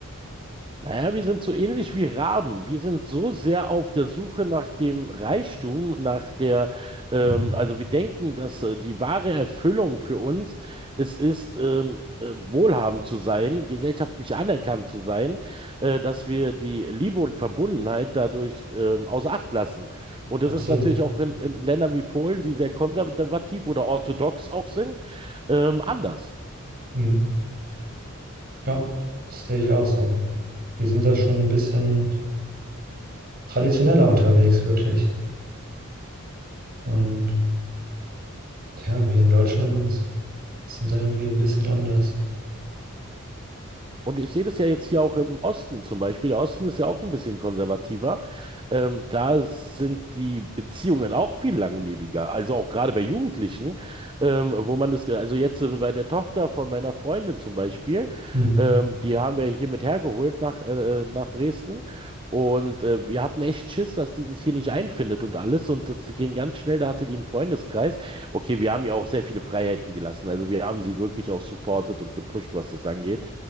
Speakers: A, on the right (about 25°); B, on the right (about 45°).
A: Naja, wir sind so ähnlich wie Raben. Wir sind so sehr auf der Suche nach dem Reichtum, nach der, ähm,
B: Mhm.
A: also wir denken, dass äh, die wahre Erfüllung für uns es ist, ähm, äh, wohlhabend zu sein, gesellschaftlich anerkannt zu sein, äh, dass wir die Liebe und Verbundenheit dadurch ähm, außer Acht lassen. Und
B: Absolut.
A: das ist natürlich auch in, in Ländern wie Polen, die sehr konservativ oder orthodox auch sind, ähm, anders.
B: Mhm. Ja, das sehe ich auch so. Die sind da schon ein bisschen traditioneller unterwegs, wirklich. Und ja, wir in Deutschland sind da irgendwie ein bisschen anders.
A: Und ich sehe das ja jetzt hier auch im Osten zum Beispiel. Der Osten ist ja auch ein bisschen konservativer. Ähm, da sind die Beziehungen auch viel langlebiger. Also auch gerade bei Jugendlichen, ähm, wo man das, ge- also jetzt äh, bei der Tochter von meiner Freundin zum Beispiel,
B: Hm.
A: ähm, die haben wir hier mit hergeholt nach, äh, nach Dresden. Und äh, wir hatten echt Schiss, dass die sich hier nicht einfindet und alles. Und das ging ganz schnell. Da hatte die einen Freundeskreis. Okay, wir haben ihr auch sehr viele Freiheiten gelassen. Also wir haben sie wirklich auch supportet und gepusht, was das angeht